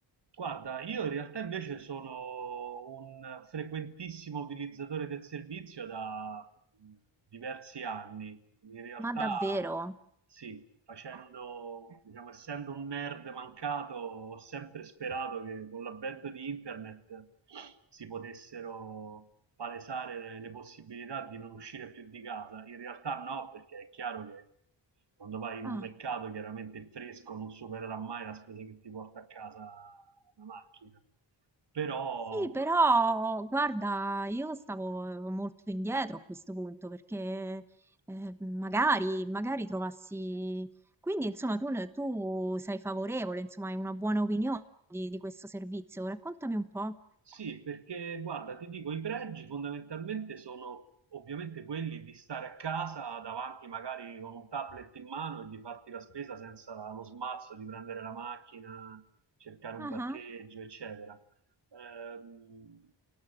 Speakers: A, on the right; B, in the centre.
A: Guarda, io in realtà invece sono un frequentissimo utilizzatore del servizio da mh, diversi anni. In realtà,
B: Ma davvero?
A: sì, facendo, diciamo, essendo un nerd mancato, ho sempre sperato che con l'avvento di internet si potessero palesare le, le possibilità di non uscire più di casa. In realtà no, perché è chiaro che quando vai in
B: Ah.
A: un mercato chiaramente il fresco non supererà mai la spesa che ti porta a casa una macchina, però
B: Sì, però guarda, io stavo molto indietro a questo punto perché eh, magari, magari trovassi... Quindi, insomma, tu, ne- tu sei favorevole, insomma, hai una buona opinione di, di questo servizio. Raccontami un po'.
A: Sì, perché guarda, ti dico, i pregi fondamentalmente sono ovviamente quelli di stare a casa davanti magari con un tablet in mano e di farti la spesa senza lo smarzo di prendere la macchina, cercare un
B: Ah,
A: parcheggio,
B: ah,
A: eccetera. Ehm,